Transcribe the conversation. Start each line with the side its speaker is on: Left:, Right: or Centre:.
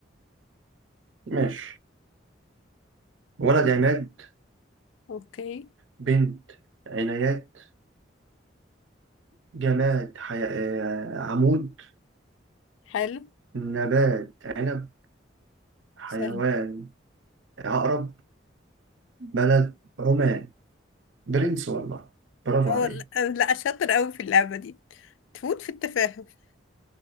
Right: ماشي ولد عماد
Left: اوكي
Right: بنت عنايات جماد حي... آه، عمود
Left: حلو
Right: نبات عنب حيوان
Left: سهل
Right: عقرب بلد عمان برنس والله برافو
Left: اه
Right: عليا
Left: لا لا، شاطر قوي في اللعبة دي تفوت في التفاهة <laughs>